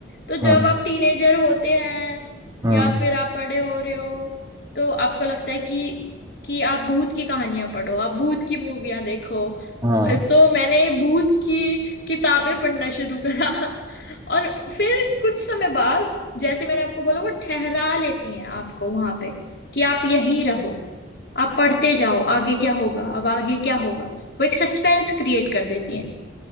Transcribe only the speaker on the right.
हाँ
हाँ
हाँ